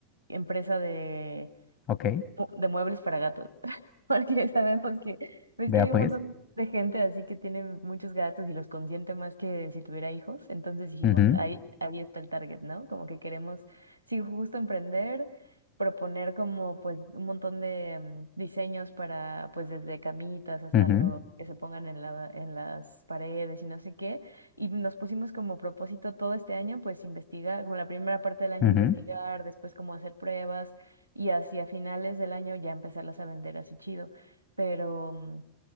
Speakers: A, on the right; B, on the left.
A: empresa de
B: ok,
A: de muebles para gatos, <laughs> porque sabemos que ves
B: vea
A: que hay
B: pues.
A: un montón de gente así que tiene muchos gatos y los consiente más que si tuviera hijos, entonces dijimos,
B: Ujú,
A: ahí, ahí está el target, ¿no? Como que queremos, sí, justo emprender, proponer como pues un montón de mm, diseños para pues desde camitas hasta
B: ujú,
A: lo que se pongan en la, en las paredes y no sé qué, y nos pusimos como propósito todo este año pues investigar, como la primera parte del año
B: ujú,
A: investigar, después como hacer pruebas y hacia finales del año ya empezarlas a vender así chido. Pero mm,